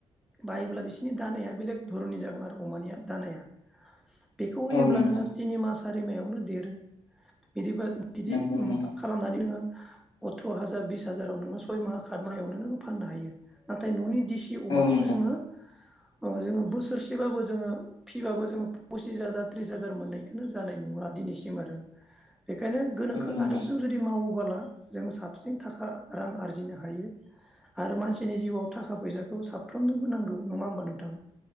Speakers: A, in the centre; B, on the left.
A: बायोब्ला बिसिनि दानाया बेलेग धरननि जागोन आरो अमानिया दानाया। बेखौ होयोब्लानो
B: औ नोंथां
A: मा सारिमायावनो देरो। <unintelligible> बिदिबा बिदि
B: नंगौ
A: उम
B: नोंथां
A: खालामनानै नोङो अथ्र' हाजार बिस हाजाराव नोङो सय माह खात माहयावनो नोङो फाननो हायो नाथाय न'नि देसि अमाखौ
B: औ नोंथां
A: जोङो अ जोङो बोसोरसेबाबो जोङो फिबाबो जोङो पसिस हाजार त्रिस हा जार मोननायखोनो जानाय नुवा दिनैसिम आरो। बेखायनो गोनोखो
B: औ नोंथां
A: आदबजों जुदि मावबाला जों साबसिन थाखा रां आरजिनो हायो आरो मानसिनि जिउआव थाखा फैसाखौ साफ्रोमनोबो नांगौ नङा होमबा नोंथां।